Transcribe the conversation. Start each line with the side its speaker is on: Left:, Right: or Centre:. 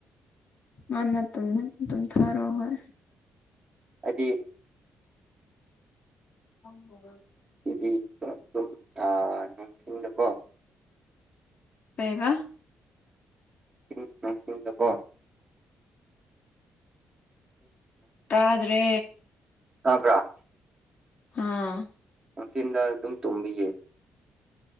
Left: ꯉꯟꯅ ꯇꯨꯝꯅꯤ ꯇꯨꯝꯊꯔꯣ ꯍꯣꯏ
Right: ꯍꯥꯏꯗꯤ
Left: ꯑꯣ ꯍꯎꯗ
Right: ꯏꯕꯥ ꯑꯥ ꯅꯨꯡꯊꯤꯡꯗꯀꯣ
Left: ꯀꯩ ꯍꯥꯏꯕ
Right: ꯅꯨꯡ ꯅꯨꯡꯊꯤꯡꯗꯀꯣ
Left: ꯇꯥꯗ꯭ꯔꯦ
Right: ꯇꯕ꯭ꯔꯥ
Left: ꯍꯥꯥ
Right: ꯅꯨꯡꯊꯤꯟꯗ ꯑꯗꯨꯝ ꯇꯣꯝꯕꯤꯒꯦ